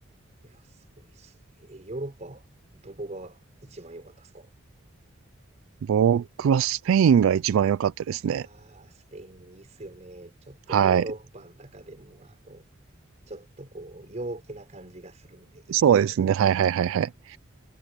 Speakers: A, on the right (about 35°); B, on the right (about 75°).
A: いや、すごいですね。えヨーロッパ、どこが一番良かったですか
B: 僕はスペインが一番良かったですね。
A: ああ、スペインいいっすよね。ちょっとヨーロッパの中でも、
B: はい。
A: あの、ちょっとこう、陽気な感じがするんでいいっすよね。
B: そうですね。はいはいはいはい。